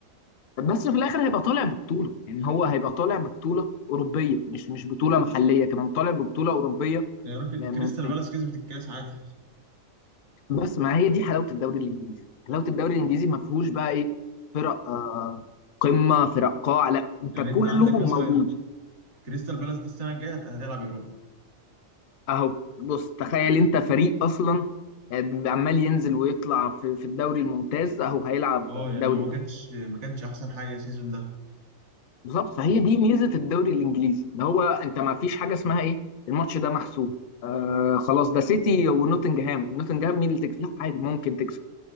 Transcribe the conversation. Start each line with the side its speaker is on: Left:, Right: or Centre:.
Left: بس في الاخر هيبقى طالع ببطوله يعني هو هيبقى طالع ببطوله اوروبيه مش مش بطوله محليه كمان طالع ببطوله اوروبيه
Right: يعني راجل
Left: يعني
Right: كريستال بالاس كسبت الكاس عادي
Left: بس ما هي دي حلاوه الدوري الانجليزي حلاوه الدوري الانجليزي ما فيهوش بقى ايه فرق آه قمه فرق قاع لا انت
Right: يعني
Left: كله
Right: انت عندك مثلا
Left: موجود
Right: كريستال بالاس دي السنه الجايه هت- هتلعب يوروبا
Left: اهو بص تخيل انت فريق اصلا آه، عمال ينزل ويطلع في, في الدوري الممتاز اهو هيلعب
Right: اه يعني
Left: دوري
Right: هو ما كانش ما كانش احسن حاجه السيزون ده
Left: بالظبط فهي دي ميزه الدوري الانجليزي اللي هو انت ما فيش حاجه اسمها ايه الماتش ده محسوب آه خلاص ده سيتي ونوتنجهام نوتنجهام مين اللي تكسب لا عادي ممكن تكسب